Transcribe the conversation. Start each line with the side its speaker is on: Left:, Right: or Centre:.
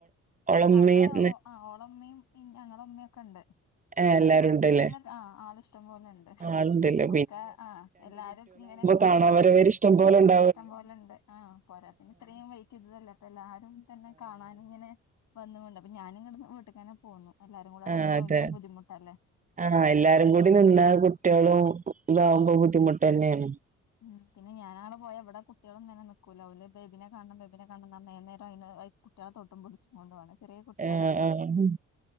Right: ഓളമ്മീം
Left: അവടെ ഒ ആഹ് ഓളമ്മിം ഞങ്ങളെ ഇമ്മിം ഒക്കെണ്ട്.
Right: ഏ എല്ലാരും
Left: ഹോസ്പിറ്റൽലൊക്കെ
Right: ഉണ്ടല്ലേ
Left: ആഹ് ആള് ഇഷ്ടം പോലെണ്ട്.
Right: ആളുണ്ടല്ലോ
Left: ഒക്കെ ആഹ് എല്ലാരുംക് ഇങ്ങനെ
Right: കാണാ വരവര്ശ് ട്ടംപോലെണ്ട
Left: ഇഷ്ടം പോലെ ണ്ട്. ആഹ് പോരാത്തേന് ഇത്രീം വെയ്റ്റെയ്തതല്ലേ. അപ്പൊ എല്ലാരും തന്നെ കാണാന് ഇങ്ങനെ, വന്നുണ്ട്. അപ്പ ഞാന് ഇങ്ങട് ന്ന് വീട്ട്ക്കെന്നെ പോന്നു. എല്ലാരും കൂടെ അവ്ടെ
Right: ആഹ്
Left: നിന്നാ
Right: അതെ
Left: ഓൽക്കും ബദ്ധിമുട്ടല്ലേ.
Right: ആഹ് എല്ലാരും കൂടി നിന്നാ കുട്ട്യേളും ഇതാവുമ്പം ബുദ്ധിമുട്ടെന്നേണ്.
Left: ഉം പിന്നെ ഞാനാടെ പോയാ ഇവടെ കുട്ട്യേള്ങ്ങനെ നിക്കൂല. ഓല് ബേബിനെ കാണണം ബേബിനെ കാണണം ന്ന് പർഞ് ഏത് നേരും അയ്ന് അഹ് കുട്ട്യേളെ തൊട്ടും പുട്ച്ചുങ്ങോണ്ടും ആണ്. ചെറ്യേ കുട്ട്യേളല്ലേ.
Right: ആഹ് ആഹ്